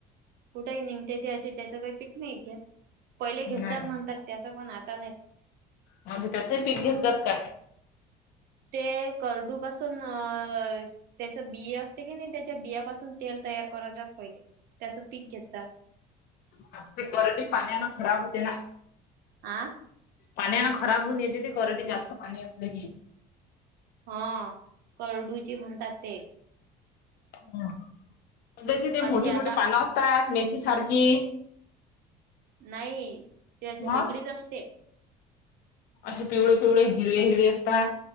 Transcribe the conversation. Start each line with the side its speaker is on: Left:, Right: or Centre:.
Right: कुठेही निघते ते अशी त्याच काही पीक नाही घ्या पहिले घेत
Left: नाही
Right: जात म्हणतात त्याचं पण आता नाही
Left: म्हणजे त्याचेही पीक घेत जात का?
Right: ते कर्डू पसून अ त्याच बी असते की नाही त्याच्या बियापासून तेल तयार कर जात पहिले. त्याचं पीक घेत जा
Left: आ ते करडई पाण्यान खराब होते ना
Right: आं
Left: पाण्यानं खराब होऊन येते ते करडी जास्त पाणी आसल की
Right: हा करडूईचे म्हणतात ते
Left: हा त्याची ते मोठी
Right: अशी आता
Left: मोठी पानं असतात मेथी सारखी
Right: नाही त्याची
Left: मग
Right: वेगळीच असते
Left: असे पिवळे पिवळे हिरवे हिरवे असता